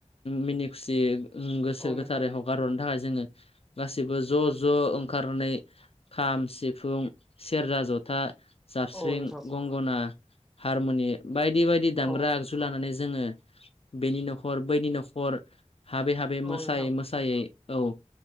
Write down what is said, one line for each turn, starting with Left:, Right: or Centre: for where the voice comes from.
Left: मिनि खुसि ओं गोसो
Centre: औ
Left: गोथारै
Centre: नोंथां
Left: हगार हरनो थाखाय जोङो गासैबो ज'-ज' ओं खारनै खाम सिफुं सेरजा जथा। जाबस्रिं,
Centre: औ नोंथां
Left: गंगना, हारमुनि बायदि-बायदि
Centre: औ
Left: दामग्रा आगजु लानानै जोङो बेनि न'खर बैनि न'खर हाबै-हाबै
Centre: औ
Left: मोसायै-मोसायै।
Centre: नोंथां
Left: औ